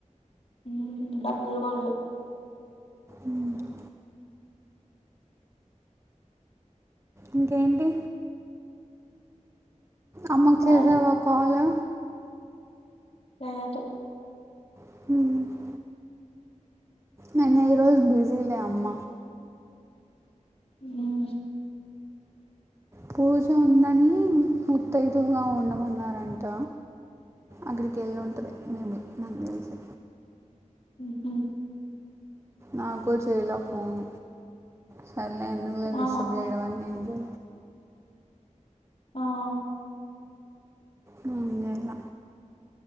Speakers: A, on the left; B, on the right.
A: మ్మూఁ డబ్బు ఇవ్వాల్లా
B: హ్మ్ఁ ఇంకేంటి అమ్మకు
A: ఇవ్వాలి
B: చేశావా కాల్
A: లేదు
B: హ్మ్ఁ నిన్న ఈ రోజు బిజీలే అమ్మ
A: హ్మ్
B: పూజ ఉందనీ ముత్తైదువుగా ఉండమన్నారంట! అక్కడికి ఎళ్ళి ఉంటది మేబి నాకు తెలిసి
A: హ్మ్ హు
B: నాకు చేయలా ఫోన్ సర్లే ఎందుకులే డిస్టర్బ్
A: ఆ
B: చేయడం అని నేన్ చే
A: ఆఁ
B: నేను జెయల